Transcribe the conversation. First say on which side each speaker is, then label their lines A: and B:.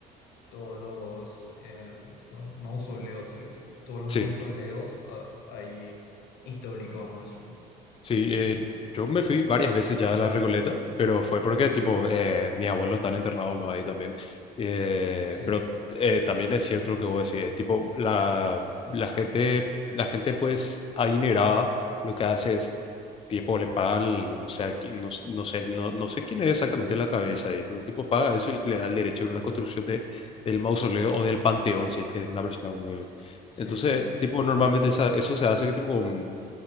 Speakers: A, on the left; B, on the left.
A: Todos los eh, con- mausoleos, se le dice, Todos los
B: sí.
A: mausoleos ah, ahí históricos, vamos a decirlo.
B: Sí, eh, yo me fui varias veces ya a la Recoleta, pero fue porque, tipo, eh, mis abuelos están enterrados los ahí también. Eh,
A: Sí.
B: pero eh, también es cierto lo que vos decís, es tipo, la, la gente, la gente, pues, adinerada, lo que hace es, tipo, le paga, al- o sea, qui- no, no sé, no, no sé quién es exactamente la cabeza ahí, pero, tipo, paga eso y le da el derecho a la construcción de, del mausoleo o del panteón, si es que es una persona muy...
A: Sí,
B: Entonces, tipo, normalmente esa- eso se hace, que, tipo, mm,